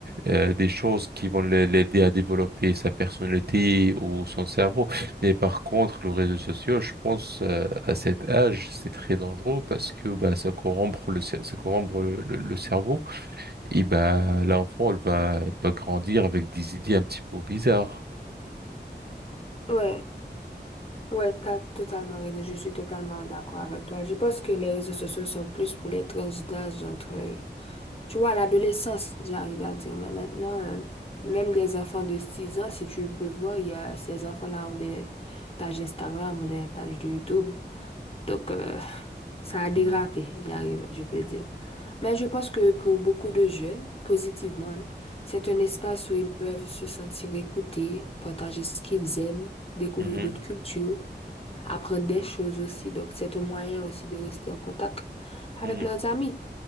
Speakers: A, on the right (about 60°); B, on the left (about 30°).
A: euh, des choses qui vont l'a- l'aider à développer sa personnalité ou son cerveau. Mais par contre, le réseau social, je pense, euh, à cet âge, c'est très dangereux parce que bah, ça corrompt le, cer- ça corrompt le, le- le cerveau. Et bah, l'enfant, elle va, elle va grandir avec des idées un petit peu bizarres.
B: Ouais, ouais, t'as totalement raison, je suis totalement d'accord avec toi. Je pense que les réseaux sociaux sont plus pour les tranches d'âge entre, tu vois, l'adolescence, j'arrive à dire, mais maintenant, euh, même des enfants de 6 ans, si tu peux voir, il y a, ces enfants-là ont des pages Instagram, ont des pages de YouTube. Donc, euh, ça a dérapé,
A: Mhm,
B: j'arrive, je peux dire. Mais je pense que pour beaucoup de jeunes, positivement, hein, c'est un espace où ils peuvent se sentir écoutés, partager ce qu'ils aiment, découvrir
A: mhm,
B: d'autres cultures, apprendre des choses aussi. Donc, c'est un moyen aussi de rester en contact avec
A: mhm,
B: leurs amis.